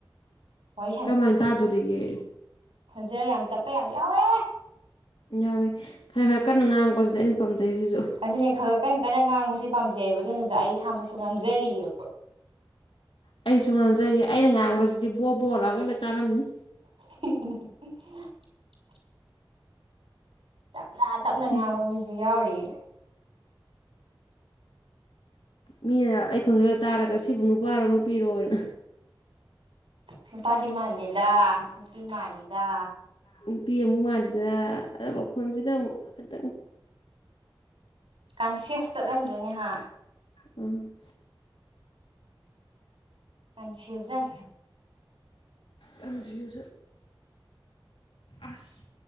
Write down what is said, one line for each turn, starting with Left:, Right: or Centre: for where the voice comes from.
Right: ꯋꯥꯔꯤ
Left: ꯀꯃꯥꯏꯅ ꯇꯥꯗꯣꯔꯤꯒꯦ
Right: ꯐꯣꯟꯖꯦꯜ ꯌꯥꯝ ꯇꯞꯄ ꯌꯥꯝ ꯌꯥꯎꯋꯦ
Left: ꯌꯥꯎꯋꯤ ꯈꯔ ꯈꯔ ꯀꯟꯅ ꯉꯥꯡꯕꯁꯤꯁꯤꯗ ꯑꯩꯅ ꯇꯖꯁꯨ
Right: ꯑꯗꯨꯅꯦ ꯈꯔ ꯀꯟꯅ ꯀꯟꯅ ꯉꯥꯡꯕꯁꯦ ꯄꯥꯝꯖꯩꯑꯕ ꯑꯗꯨꯅꯁꯨ ꯑꯩ ꯏꯁꯥꯃꯛꯁꯨ ꯉꯥꯡꯖꯔꯤꯑꯕ
Left: ꯑꯩꯁꯨ ꯉꯥꯡꯖꯔꯤ ꯑꯩꯅ ꯉꯥꯡꯕꯁꯤꯗꯤ ꯕꯣꯕꯣꯔꯣꯔ ꯍꯣꯏꯂ ꯇꯥꯔꯝꯅꯤ
Right: <inaudible> ꯇꯞꯅ ꯇꯞꯅ
Left: ꯁꯤ
Right: ꯉꯥꯡꯕ ꯃꯤꯁꯨ ꯌꯥꯎꯔꯤꯌꯦ
Left: ꯃꯤꯅ ꯑꯩ ꯈꯪꯖꯕ ꯇꯥꯔꯒ ꯁꯤꯕꯨ ꯅꯨꯄꯥꯔꯣ ꯅꯨꯄꯤꯔꯣ ꯑꯣꯏꯅ
Right: ꯅꯨꯄꯥꯗꯤ ꯃꯥꯥꯟꯜꯂꯤꯦꯗ ꯅꯨꯄꯤ ꯃꯥꯜꯂꯤꯦꯗ
Left: ꯅꯨꯄꯤ ꯑꯃꯨꯛ ꯃꯥꯜꯂꯤꯗꯨꯗ ꯑ ꯃꯈꯣꯟꯁꯤꯗ ꯑꯃꯨꯛ ꯈꯤꯇꯪ
Right: ꯀꯟꯐ꯭ꯌꯨꯁ ꯆꯠꯍꯟꯗ꯭ꯔꯣꯏꯅꯦꯍ
Left: ꯎꯝ
Right: ꯀꯟꯐ꯭ꯌꯨꯖꯟ
Left: ꯇꯁꯤꯨ ꯑꯁ